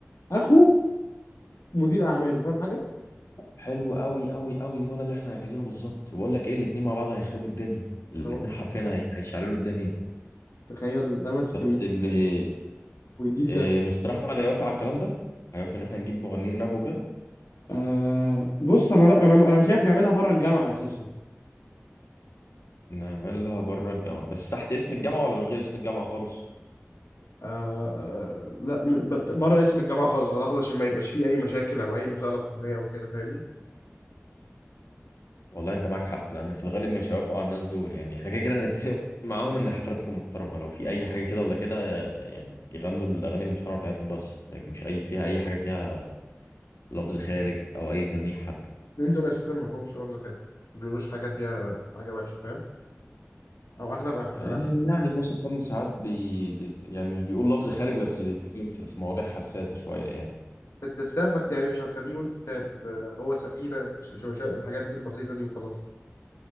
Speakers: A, on the left; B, on the left.
A: اخوه مدير اعماله فاهم حاجه
B: حلو أوي أوي أوي هو ده اللي إحنا عايزينه بالظبط بقول لك إيه الاتنين مع بعض هيخربوا الدنيا الاتنين
A: أهو،
B: حرفيا هي- هيشعللوا الدنيا
A: تخيل ده ماسك
B: بس
A: الموضوع
B: اللي
A: ويديل
B: إيه،
A: ده
B: مستر احمد هيوافق على الكلام ده هيوافق ان احنا نجيب مغنيين راب وكده
A: آه بص انا لا انا انا شايف نعملها بره الجامعه اساسا
B: نعملها بره الجامعه بس تحت اسم الجامعه ولا من غير اسم الجامعه خالص
A: آه آه، لا م- بت- بره اسم الجامعه خالص اعتقد عشان ما يبقاش فيه اي مشاكل او اي مساءله قانونيه او كده فاهمني
B: والله انت معاك حق لان في الغالب مش هيوافقوا على الناس دول يعني احنا كده كده هنتفق معاهم ان الحفلات تكون محترمه لو في اي حاجه كده ولا كده يعني يغنوا الاغاني المحترمه بتاعتهم بس ما يكونش اي فيها اي حاجه فيها لفظ خارج او اي تلميح حتى
A: لان دول اساسا ما فيهمش رمز خير ما بيقولوش حاجه فيها حاجه وحشه فاهم او اغلب أغ-
B: آه،
A: أغلب
B: يعني موسى سام ساعات بي... بيت... يعني مش بيقول لفظ خارج بس بيتكلم في في مواضيع حساسه شويه يعني
A: التساب بس يعني مش هنخليه يقول تساب آه، هو سفينه ش- ش- ش- الحاجات دي البسيطه دي وخلاص